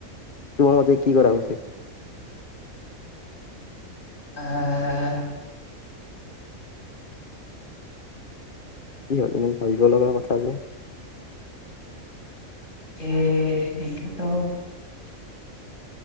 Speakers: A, on the left (about 40°); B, on the left (about 65°).
A: তোমাৰ মতে, কি কৰা উচিত।
B: আহহ
A: কি হ'ল, ইমান ভাবিব লগা কথা যে?
B: এ সেটোতো